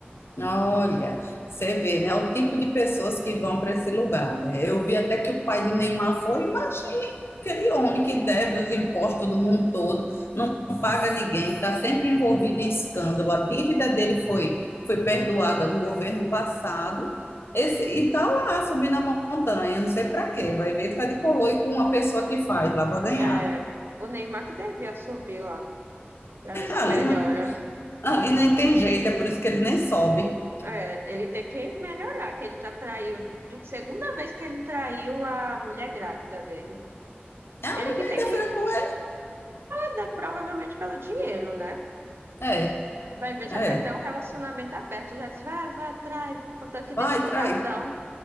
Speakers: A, on the left; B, on the right.
A: olha, você vê, né? O tipo de pessoas que vão para esse lugar, né? Eu vi até que o pai do Neymar foi, imagine aquele homem que deve os impostos do mundo todo, não paga ninguém, está sempre envolvido em escândalo. A dívida dele foi, foi perdoada no governo passado. Esse, e tá lá subindo a montanha, não sei para quê. Vai ver, tá de coloio com uma pessoa que faz lá para ganhar.
B: É, o Neymar que devia subir lá, pra ver se
A: Ali
B: melhora.
A: não, ali nem tem jeito, é por isso que ele nem sobe
B: É, ele tem que melhorar, que ele já traiu, du- segunda vez que ele traiu a mulher grávida dele.
A: Ah,
B: Ele que tem que
A: fica
B: andar, provavelmente pelo dinheiro, né?
A: É,
B: Vai ver, já
A: é.
B: tem até um relacionamento aberto. Já disse, vai, vai atrás, contanto que
A: Vai,
B: deixe meu
A: traz.
B: cartão.